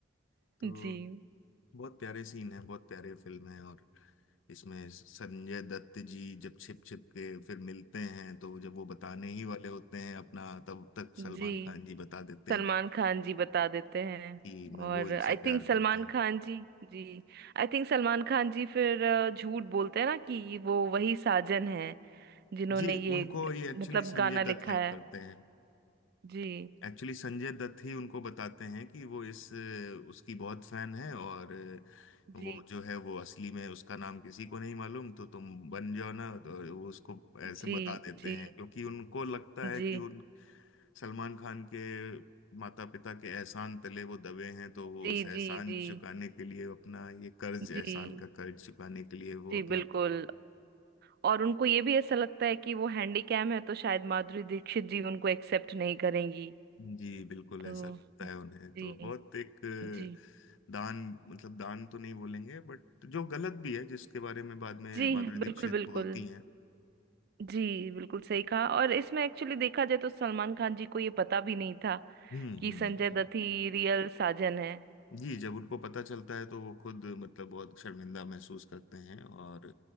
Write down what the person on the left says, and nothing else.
तो
बहुत प्यारे सीन है बहुत प्यारे फिल्म है और इसमें संजय दत्त जी जब छिप छिप के फिर मिलते हैं तो जब वो बताने ही वाले होते हैं अपना तब तक सलमान
खान जी बता देते
हैं कि,
कि मैं
वो इनसे
प्यार
करते हैं
जी
उनको ये एक्चुअली
संजय
दत्त हेल्प
करते हैं
एक्चुअली संजय दत्त ही उनको बताते हैं कि वो इस उसकी बहुत फैन है और वो
जो है वो असली में उसका नाम किसी को नहीं मालूम तो तुम बन जाओ ना तो वो उसको
ऐसे बता देते
हैं क्योंकि उनको लगता है
कि उन सलमान खान के माता पिता के एहसान तले वो दबे हैं तो वो
उस एहसान
चुकाने के लिए अपना ये कर्ज
एहसान का कर्ज चुकाने के लिए वो
अपना
जी बिल्कुल
ऐसा लगता है उन्हें
तो बहुत एक अ,
दान मतलब दान तो नहीं बोलेंगे बट जो गलत भी है जिसके बारे में बाद में
माधुरी दीक्षित
बोलती हैं
हम्म
हम्म
हम्म
जी जब उनको पता चलता है तो वो खुद मतलब बहुत शर्मिंदा महसूस करते हैं और